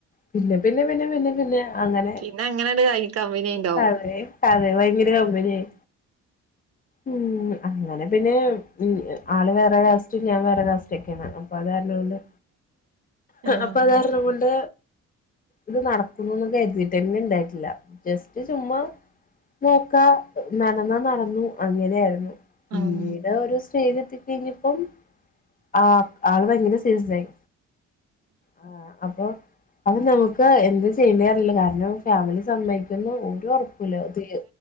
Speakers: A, on the left; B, on the right.
A: പിന്നെ പിന്നെ പിന്നെ പിന്നെ പിന്നെ അങ്ങനെ
B: പിന്നെ അങ്ങനെണ്ട് കൈ കമ്പനിയായിണ്ടാവും
A: അതെ അതെ ഭയങ്കര കമ്പനിയായി ഉ അങ്ങനെ പിന്നെ ആള് വേറെ കാസ്റ്റും ഞാൻ വേറെ കാസ്റ്റും ഒറ്റയ്ക്ക് ആണ് അപ്പൊ അത് കാരണാണ്
B: ആഹ്
A: അപ്പൊ അത് കാരണം കൊണ്ട് ഇത് നടക്കുന്നുന്നൊക്കെ കരുതിട്ടന്നെ ഇണ്ടായിട്ടില്ല ജസ്റ്റ് ചുമ്മ നോക്കാ നടന്നാ നടന്നു അങ്ങനെ ആയിരുന്നു പിന്നീട്
B: ഉം
A: ഒരു സ്റ്റേജ് എത്തിക്കഴിഞ്ഞപ്പം ആ ആള് ഭയങ്കര സീരിയസ് ആയി ആ അപ്പൊ നമ്മുക്ക് എന്ത് ചെയ്യേറില്ല കാരണം ഫാമിലി സമ്മ പിന്നെ ഒരു ഒറപ്പും ഇല്ല അത്